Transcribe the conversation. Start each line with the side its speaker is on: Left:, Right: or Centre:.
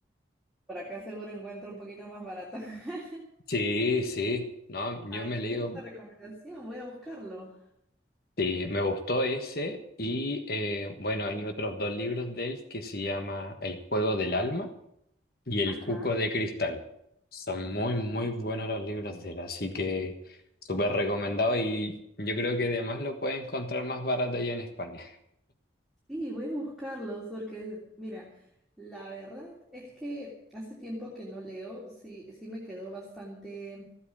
Centre: Por acá seguro encuentro un poquito más barato. <laughs>
Left: Sí, sí. No, yo
Centre: Ay,
Left: me
Centre: gracias
Left: he leído,
Centre: por la recomendación. Voy a buscarlo.
Left: sí, me gustó ese. Y eh, bueno, hay otros dos libros de él que se llama El juego del alma Y El
Centre: Ajá.
Left: Cuco de Cristal. Son muy, muy buenos los libros de él, así que súper recomendado y yo creo que además lo puedes encontrar más barato allá en España.
Centre: Sí, voy a buscarlos porque, mira, la verdad es que hace tiempo que no leo, sí, sí me quedó bastante.